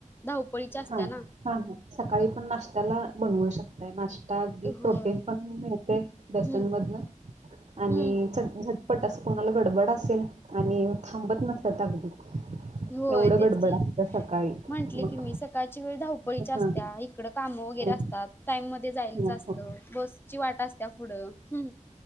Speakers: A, on the left (about 15°); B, on the right (about 50°).
A: धावपळीची असत्या
B: ह
A: ना.
B: हं सकाळी पण नाश्त्याला बनवू शकतय नाश् ता अगदी
A: होय.
B: प्रोटीन पण मिळतेय बेसन
A: हं,
B: मधन आणि
A: हं.
B: चट पट असं कोणाला गडबड असेल आणि थांबत नसत अगदी
A: होय
B: एवढं
A: तेच
B: गडबड
A: की
B: असतं सकाळी
A: म्हंटले
B: मग
A: की मी सकाळची वेळ धावपळीच्या
B: हा
A: असत्या इकड काम वगैरे
B: मग
A: असतात टाइम मध्ये जायच
B: हा,
A: असत
B: हो.
A: बस ची वाट असत्या पुढं हम्